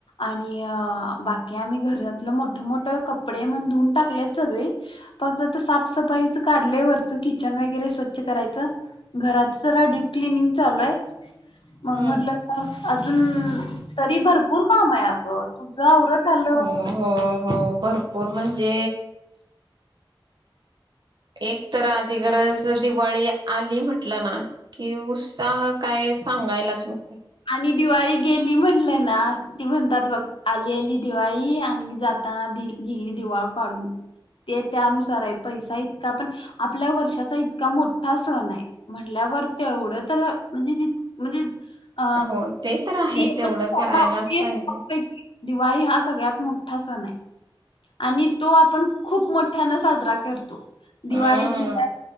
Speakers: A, on the left; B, on the right.
A: आणि बाकी आम्ही घरातलं मोठ मोठ कपडे मण धुऊून टाकलेत सगळे फक्त साफसफाईच काढल्या वरच किचन वगैरे स्वच्छ करायच घराचं जरा डीप क्लनिंग चालू आहे मग
B: हम्म
A: म्हटलं अजून तरी भरपूर काम आहे अगं तुझं आवरत आलं
B: हो
A: वाटत
B: हो हो भरपूर म्हणजे एक तर आधी गरज दिवाळी आली म्हटलं ना कि उत्साह काय सांगायलाच नको
A: आणि दिवाळी गेली म्हणलं ना ती म्हणतात बघ आली आली दिवाळी आणि जाताना गेली दिवाळ काढून ते त्यानुसार आहे पैसा इतका पण आपल्या वर्षाचा इतका मोठा सण आहे म्हणल्यावर तेवढं तर म्हणजे ज म्हणजे अ
B: हो ते तर आहे
A: ती
B: तेवढं
A: म्हणजे
B: करायलाच
A: भारतीय
B: पाहिजे
A: सणांपैकी दिवाळी हा सगळ्यात मोठा सण आहे आणि तो आपण खूप मोठ्यान साजरा करतो दिवाळीत
B: हम्
A: दिव्या